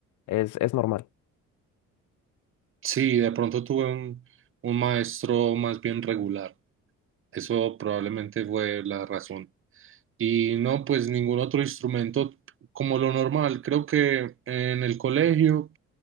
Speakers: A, on the left; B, on the right.
A: es, es normal.
B: Sí, de pronto tuve un, un maestro más bien regular. Eso probablemente fue la razón. Y no, pues ningún otro instrumento como lo normal. Creo que en el colegio